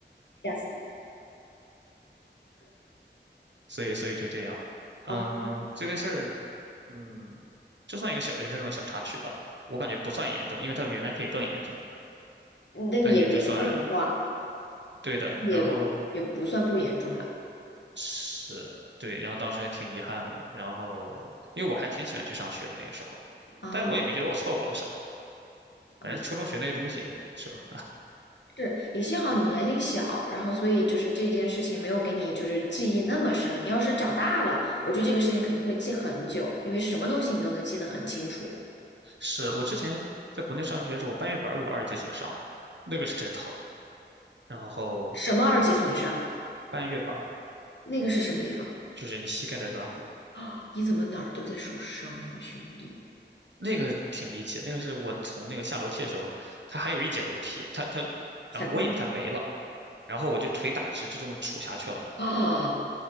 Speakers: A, on the left; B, on the right.
A: 吓死！
B: 所以，所以就这样。嗯，
A: 哦，
B: 这个事儿，嗯，就算一个小人生中的小插曲吧，我感觉不算严重，因为它原来可以更严重的，
A: 那你也别说这种话，
B: 但也就算对的。
A: 也也不算不严重了
B: 然后是，对，然后当时还挺遗憾的嘛。然后，因为我还挺喜欢去上学的那个时候，
A: 啊。
B: 但我也没觉得我错过了啥，
A: 嗯，
B: 反正初中学那些东西是吧？
A: 是，也幸好你年龄小，然后所以就是这件事情没有给你就是记忆那么深。你要是长大了，我觉得这个事情肯定会记很久，因为什么东西你都能记得很清楚。
B: 是我之前在国内上学的时候，我半月板儿有个二级损伤，那个是真疼。然后
A: 什么二级损伤？
B: 半月板儿
A: 那个是什么地方
B: 就是你膝盖的软骨，
A: 啊？你怎么哪儿都在受伤啊，兄弟？
B: 那个挺离奇。那个是我从那个下楼梯的时候，它还有一节楼梯，它它，然后我以为它没了，
A: 踩空了
B: 然后我就腿打直，就这么杵下去了，
A: 啊